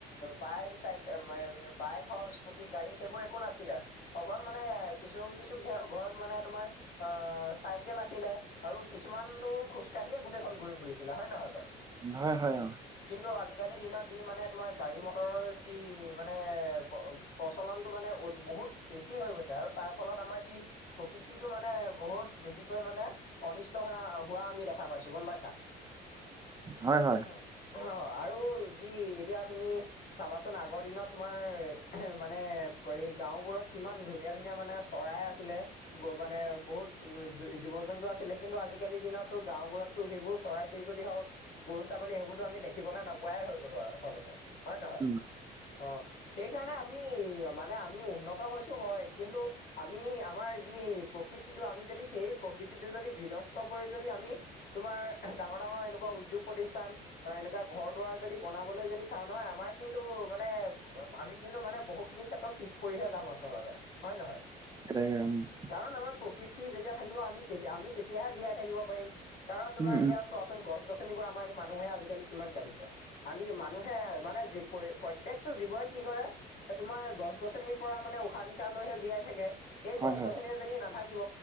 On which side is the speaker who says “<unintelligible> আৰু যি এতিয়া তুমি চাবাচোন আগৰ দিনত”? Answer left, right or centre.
Left